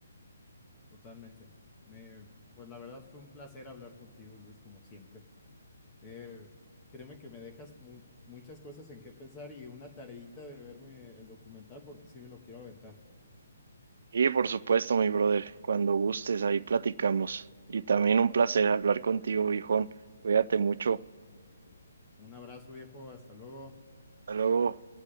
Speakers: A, on the left (about 25°); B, on the right (about 60°).
A: Totalmente. Me, pues la verdad fue un placer hablar contigo, Luis, como siempre. Eh, créeme que me dejas mu- muchas cosas en qué pensar y una tareita de verme el documental porque sí me lo quiero aventar.
B: Y por supuesto, mi brother, cuando gustes, ahí platicamos. Y también un placer hablar contigo, viejón. Cuídate mucho.
A: Un abrazo, viejo. Hasta luego.
B: Hasta luego.